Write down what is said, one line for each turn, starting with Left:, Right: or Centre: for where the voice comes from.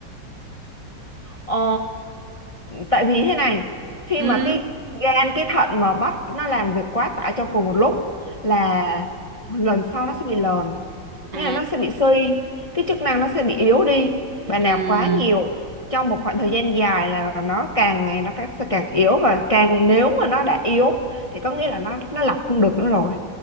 Left: ờ, tại vì thế này khi
Right: ừ
Left: mà cái gan cái thận mà bắt nó làm việc quá tải trong cùng một lúc là lần sau nó sẽ bị lờn nghĩa
Right: à
Left: là nó sẽ bị suy cái chức năng nó sẽ bị yếu đi và nạp
Right: ừ
Left: quá nhiều trong một khoảng thời gian dài là nó càng ngày nó càng- sẽ càng yếu và càng nếu mà nó đã yếu thì có nghĩa là nó nó lọc không được nữa rồi